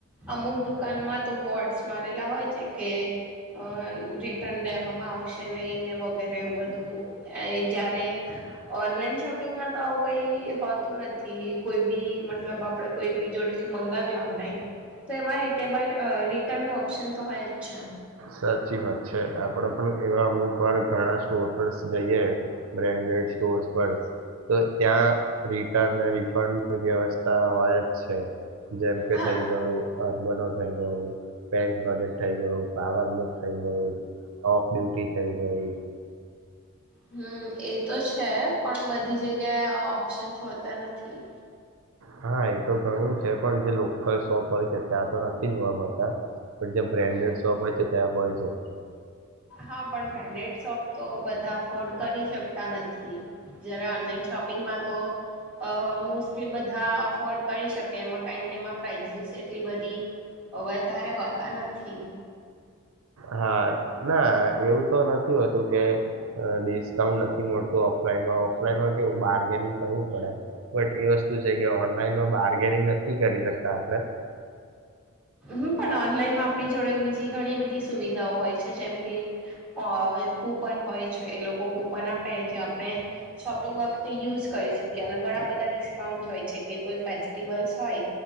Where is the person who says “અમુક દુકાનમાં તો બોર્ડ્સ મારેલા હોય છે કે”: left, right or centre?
Centre